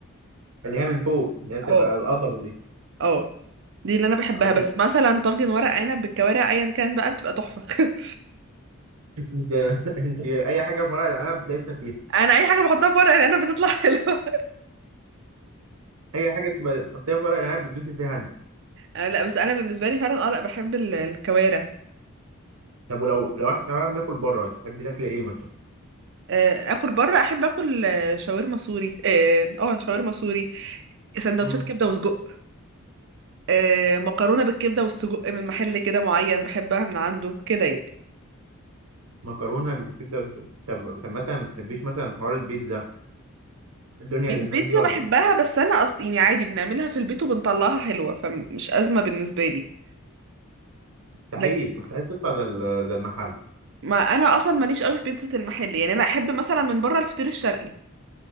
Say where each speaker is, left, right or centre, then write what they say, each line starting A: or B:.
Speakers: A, on the right; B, on the right.
A: اللي هي من فوق اللي هي بتبقى
B: اه
A: القصبه دي
B: اه دي اللي انا بحبها
A: آه، دي-
B: بس مثلا طاجن ورق عنب بالكوارع ايا كان بقى بتبقى تحفة <laughs>
A: <laughs> انت انت اي حاجه في ورق العنب دايسه فيها
B: انا اي حاجة بحطها في ورق العنب بتطلع <laughs> حلوة
A: اي حاجه بتبقى تحطيها في ورق العنب بتدوسي فيها انت
B: آه، لا بس انا بالنسبه لي فعلا اه لا بحب ال- الكوارع
A: طب ولو لو احنا تمام ناكل بره تحبي تاكلي ايه مثلا
B: آه، اكل بره احب اكل آه، شاورما سوري اه آه، شاورما سوري سندوتشات
A: امم
B: كبده وسجق آه، مكرونه بالكبده والسجق من محل كده معين بحبها من عنده كده يعني
A: مكرونه بالكبده والسجق طب طب مثلا ما تحبيش مثلا حوار البيتزا الدنيا
B: البيتزا
A: اللي هناك دي ولا
B: بحبها بس انا اصلا يعني عادي بنعملها في البيت وبنطلعها حلوه فمش ازمه بالنسبه لي
A: مستحيل
B: لكن
A: مستحيل تطلع زي ال- زي المحل
B: ما انا اصلا ماليش قوي في بيتزا المحل يعني انا احب مثلا من بره الفطير الشرقي